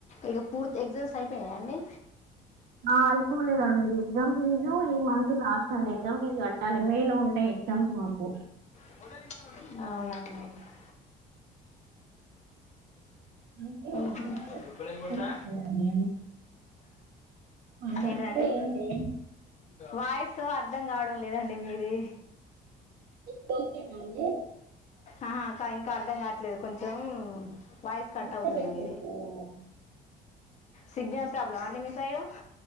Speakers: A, on the left (about 45°); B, on the right (about 70°).
A: ఇగ పూర్తి ఎగ్జామ్స్ అయిపోయయా అండి?
B: ఆ అయిపోలేదండి ఎగ్జామ్ ఫీజు ఈ మంత్ లాస్ట్ అండి. ఎగ్జామ్ ఫీజు కట్టాలి మే లో ఉంటాయ్ కంసమాకు
A: అవునండి
B: అంటే మా
A: వాని
B: మామయ్య వాళ్ళకి
A: తుప్పు రేగొట్ల
B: పెళ్ళి కదండి అందుకే
A: ఏంటిదండి
B: వస్తున్నా ఇంటికి హాలిడేస్ కూడా ఏం లేదు
A: వాయిస్ ఆర్ ర్థం గావడం లేదండి మీది
B: ఇప్పుడు ఓకేనా అండి
A: ఆహా క ఇంకా అర్ధం కాట్లేదు కొంచెం వాయిస్ కట్
B: డిస్టర్బెన్స్
A: అవుతుంది మీది
B: వస్తుంది
A: సిగ్నల్ ప్రాబ్లమ అండి మీసైడు